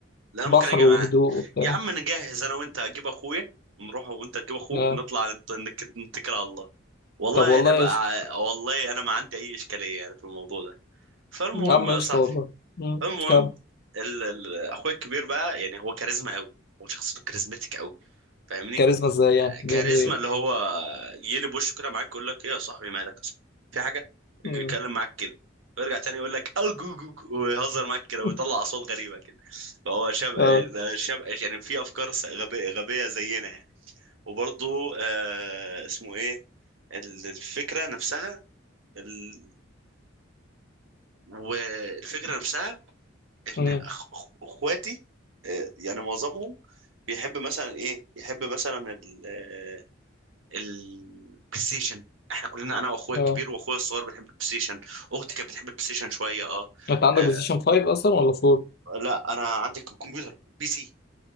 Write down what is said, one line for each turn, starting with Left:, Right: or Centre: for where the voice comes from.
Right: لا انا
Left: بحر
Right: ممكن اجي
Left: وهدوء
Right: معاه
Left: وبتاع
Right: يا عم نجهز انا وانت اجيب اخويا نروح وانت تجيب اخوك
Left: آه.
Right: ونطلع نت- نك- نتكل على الله والله
Left: طب والله
Right: انا بقى
Left: قشطه
Right: والله انا ما عندي اي اشكاليه يعني في الموضوع ده فالمهم
Left: يا عم
Right: يا
Left: قشطه
Right: صاحبي
Left: والله مم.
Right: المهم
Left: كام
Right: ال... ال... اخويا الكبير بقى يعني هو كاريزما قوي هو شخصيته كاريزماتيك قوي فاهمني
Left: كاريزما ازاي يعني بيعمل
Right: كاريزما
Left: ايه
Right: اللي هو يقلب وشه كده معاك يقول لك ايه يا صاحبي مالك يا صاحبي في حاجه يجي
Left: مم.
Right: يتكلم معاك كده ويرجع تاني يقول لك او جو جو جو ويهزر معاك كده ويطلع
Left: <laughs>
Right: اصوات غريبه كده فهو شاب
Left: اه
Right: ده شاب يعني في افكار س- غبيه غبيه زينا يعني وبرضه آه اسمه ايه ال- الفكره نفسها ال... والفكره نفسها
Left: امم
Right: ان أخ... أخ- اخواتي آه، يعني معظمهم بيحب مثلا ايه يحب مثلا ال... آه، البلاي ستيشن احنا كلنا انا واخويا
Left: اه
Right: الكبير واخويا الصغير بنحب البلاي ستيشن اختي كانت بتحب البلاي ستيشن شويه اه
Left: انت عندك
Right: آه،
Left: بلاي ستيشن 5 اصلا ولا 4
Right: لا انا عندي كمبيوتر بي سي